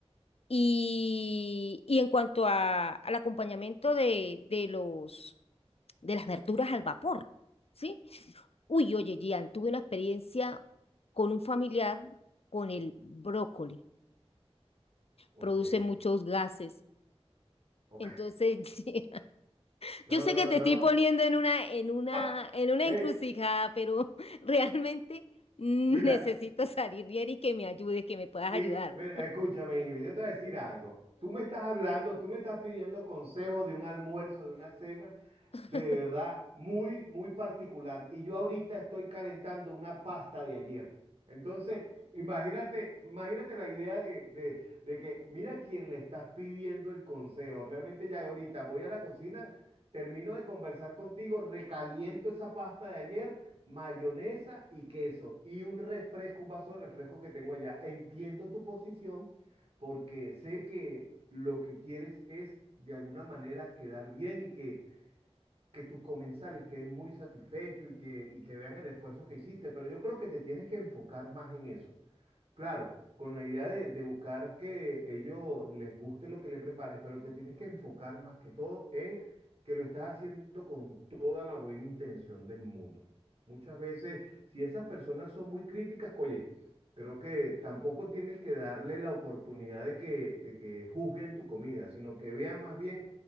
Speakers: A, on the left (about 65°); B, on the right (about 65°).
A: Y, y en cuanto a, al acompañamiento de, de los, de las verduras al vapor, ¿sí? Uy, oye, Gian, tuve una experiencia con un familiar con el brócoli.
B: Ok.
A: Produce muchos gases.
B: Ok.
A: Entonces, <laughs>
B: No,
A: Yo sé que te
B: no.
A: estoy poniendo en una, en una,
B: <laughs>
A: en una
B: Ey,
A: encrucijada, pero <laughs> realmente necesito
B: mira,
A: salir bien y que me ayudes, que me puedas
B: In-
A: ayudar.
B: mira, escúchame, Ingrid, yo te voy a decir algo. Tú me estás hablando, tú me estás pidiendo consejos de un almuerzo, de una cena.
A: <laughs>
B: de verdad muy, muy particular. Y yo ahorita estoy calentando una pasta de ayer. Entonces, imagínate, imagínate la idea de, de- de que mira quién le estás pidiendo el consejo. Realmente ya ahorita voy a la cocina, termino de conversar contigo, recaliento esa pasta de ayer, mayonesa y queso y un refresco, un vaso de refresco que tengo allá. Entiendo tu posición porque sé que lo que quieres es de alguna manera quedar bien y que que tus comensales queden muy satisfechos y que, y que vean el esfuerzo que hiciste, pero yo creo que te tienes que enfocar más en eso. Claro, con la idea de, de buscar que ellos les guste lo que le prepares, pero te tienes que enfocar más que todo en que lo estás haciendo con toda la buena intención del mundo. Muchas veces, si esas personas son muy críticas, oye, creo que tampoco tienes que darle la oportunidad de que, de que juzguen tu comida, sino que vean más bien